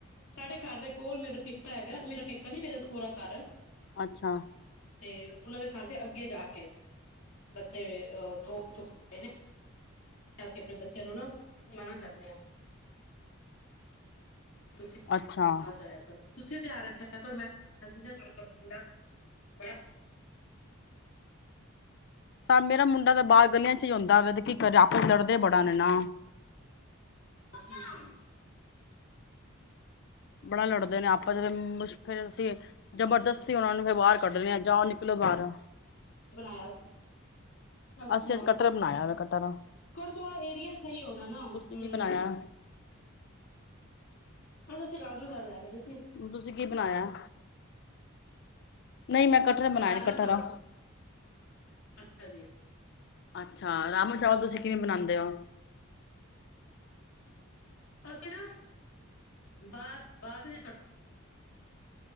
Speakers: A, on the left; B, on the left.
A: ਸਾਡੇ ਘਰ ਦੇ ਕੋਲ ਮੇਰੇ ਹੈਗਾ, ਮੇਰਾ ਪੇਕਾ ਨੀ, ਮੇਰਾ ਸਹੁਰਾ ਘਰ
B: ਅੱਛਾ
A: ਤੇ ਉਹਨਾਂ ਦੇ ਘਰ ਤੇ ਅੱਗੇ ਜਾ ਕੇ ਬੱਚੇ ਅ ਦੋ ਕੁ ਚੁੱਕੇ ਨੇ ਅਸੀਂ ਆਪਣੇ ਬੱਚਿਆਂ ਨੂੰ ਨਾ ਮਨਾ ਕਰਦੇ ਆ। ਤੁਸੀਂ
B: ਅੱਛਾ
A: ਨਾ ਜਾਇਆ ਕਰੋ, ਤੁਸੀਂ ਧਿਆਨ ਰੱਖਿਆ ਕਰ ਮੈ <unintelligible>
B: ਤਾਂ ਮੇਰਾ ਮੁੰਡਾ ਤਾਂ ਬਾਹਰ ਗਲੀਆਂ ਚ ਹੀ ਹੁੰਦਾ ਵਾਂ ਤੇ ਕੀ ਕਰਾ ਆਪਸ ਲੜਦੇ ਬੜਾ ਆ ਨਾ।
A: ਠੀਕ
B: ਬੜਾ ਲੜਦੇ ਨੇ ਆਪਾਂ ਚ ਫਿਰ ਅਸੀਂ ਜਬਰਦਸਤੀ ਉਹਨਾ ਨੂੰ ਫਿਰ ਬਾਹਰ ਕੱਢਣੇ ਆ ਜਾ ਨਿਕਲੋ ਬਾਹਰ।
A: ਬਣਾਇਆ ਅੱਛਾ,
B: ਅਸੀਂ ਅੱਜ ਕਟਰ ਬਣਾਇਆ ਵਾ ਕਟਰ
A: ਥੋੜਾ ਥੋੜਾ ਏਰੀਆ ਸਹੀ ਹੋਣਾ ਨਾ, ਹਮਮ
B: ਤੁਸੀਂ ਕੀ ਬਣਾਇਆ
A: ਅੱਜ ਅਸੀ ਰਾਤ ਨੂੰ <inaudible>
B: ਤੁਸੀਂ ਕੀ ਬਣਾਇਆ। ਨਹੀਂ ਮੈਂ ਕਟਰ ਬਣਾਇਆ
A: ਰਾਜਮਾਂ
B: ਕਟਰਾ
A: ਅਛਾ ਜੀ
B: ਅੱਛਾ ਰਾਜਮਾ, ਚਾਵਲ ਤੁਸੀਂ ਕਿਵੇਂ ਬਣਾਉਦੇ ਹੋ।
A: ਅਸੀਂ ਨਾ ਬਾਅਦ ਬਾਅਦ ਵਿੱ